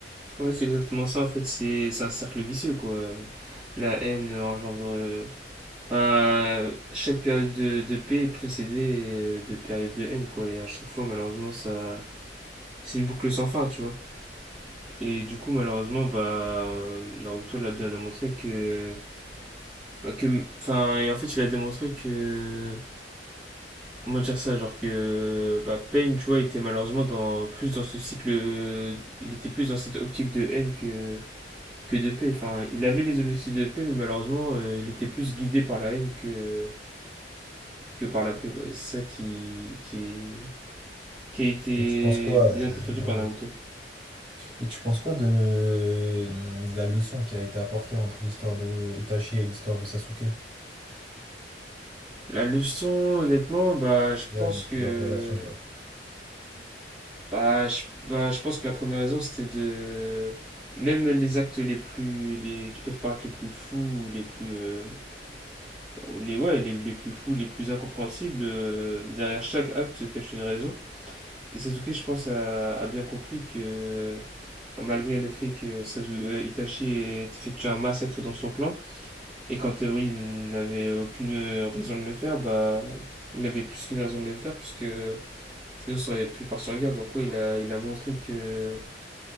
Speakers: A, in the centre; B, on the right (about 30°).
A: ouais c'est exactement ça, en fait. C'est c'est un cercle vicieux, quoi. La haine engendre euh, Enfin, chaque période de, de paix est précédée euh, de période de haine, quoi. Et à chaque fois, malheureusement, ça, c'est une boucle sans fin, tu vois. Et du coup, malheureusement, bah, euh, Naruto l'a bien démontré que, bah, que, enfin, et en fait, il a démontré que, comment dire ça, genre que, bah, Pain, tu vois, était malheureusement dans plus dans ce cycle, euh, il était plus dans cette optique de haine que que de paix. Enfin, il avait les objectifs de paix, mais malheureusement, euh, il était plus guidé par la haine que que par la paix. quoi. Et C'est ça qui, qui, qui a été
B: Et tu penses quoi,
A: bien
B: euh,
A: défendu
B: ouais.
A: par Naruto.
B: Et tu penses quoi de, le- de la leçon qui a été apportée entre l'histoire de Itachi et l'histoire de Sasuke?
A: La leçon, honnêtement, bah, je
B: Ouais,
A: pense
B: entre
A: que
B: leur relation genre.
A: bah, je, bah, je pense que la première raison, c'était de même les actes les plus les, qui peuvent paraître les plus fous ou les plus euh, bah, ou les ouais les, les plus fous les plus incompréhensibles euh, derrière chaque acte se cache une raison et Sasuke je pense a, a bien compris que enfin, malgré le fait que Sasu- euh, Itachi ait effectué un massacre dans son clan Et quand théorie, il n'avait aucune raison de le faire, bah, il avait plus qu'une raison de le faire, puisque sinon ça aurait pu partir en guerre. Donc, oui, il a, il a montré que.